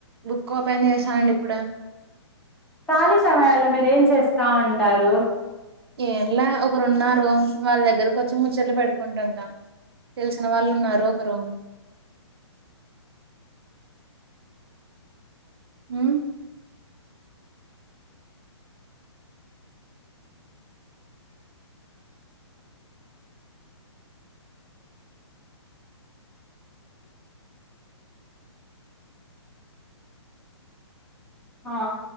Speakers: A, on the right; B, in the centre.
A: బుక్ ఓపెన్ చేశా అండి ఇప్పుడే
B: ఖాళీ సమయాల్లో మీరు ఏం చేస్తా ఉంటారు
A: ఏం లే ఒకరు ఉన్నారు వాళ్ దగ్గరకోచ్చి ముచ్చట్లు పెట్కుంటుంటాం తెలిసిన వాళ్ళు ఉన్నారు ఒకరు హు
B: హా